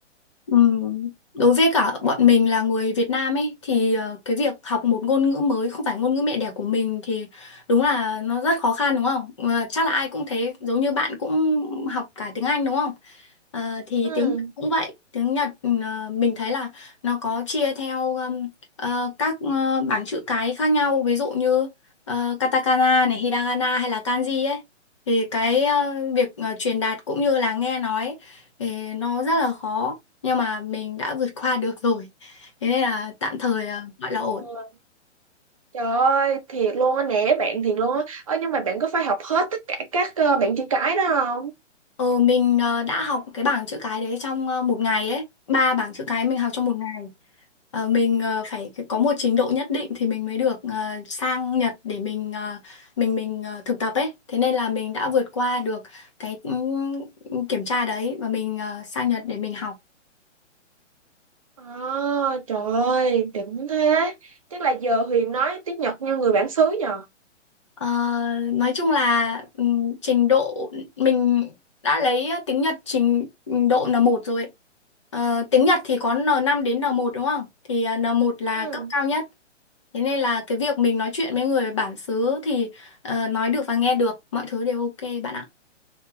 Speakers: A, on the left (about 25°); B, on the right (about 30°).
A: Ừm, Đối với cả bọn mình là người Việt Nam ấy thì ờ, cái việc học một ngôn ngữ mới không phải ngôn ngữ mẹ đẻ của mình thì đúng là nó rất khó khăn đúng không? Ờ, chắc là ai cũng thế, giống như bạn cũng học cả tiếng Anh đúng không? Ờ, thì
B: Ừ.
A: tiếng Nhật cũng vậy, tiếng Nhật ừ, ờ, mình thấy là nó có chia theo um, ờ, các ờ, bảng chữ cái khác nhau, ví dụ như ờ, katakana này, hiragana hay là kanji ấy. Thì cái ờ, việc ờ, truyền đạt cũng như là nghe nói ấy, thì nó rất là khó nhưng mà mình đã vượt qua được rồi thế nên là tạm thời là gọi là ổn
B: Ồ. Trời ơi, thiệt luôn á, nể bạn thiệt luôn á. Ơ nhưng mà bạn có phải học hết tất cả các ờ, bạn chữ cái đó không?
A: ừ mình ờ, đã học cái bảng chữ cái đấy trong ờ, một ngày ấy ba bảng chữ cái mình học trong một ngày Ờ, mình ờ, phải có một trình độ nhất định thì mình mới được ờ, sang Nhật để mình ờ, mình mình ờ, thực tập ấy thế nên là mình đã vượt qua được cái ừ, ừ, kiểm tra đấy và mình ờ, sang Nhật để mình học
B: À, trời ơi, đỉnh thế. Chắc là giờ Huyền nói tiếng Nhật như người bản xứ nhờ.
A: Ờ, nói chung là ừm, trình độ mình đã lấy tiếng Nhật trình độ n một rồi. ấy. Ờ, tiếng Nhật thì có n năm đến n một đúng không? Thì à, n một là
B: Ừ.
A: cấp cao nhất. Thế nên là cái việc mình nói chuyện với người bản xứ thì ờ, nói được và nghe được, mọi thứ đều ok bạn ạ.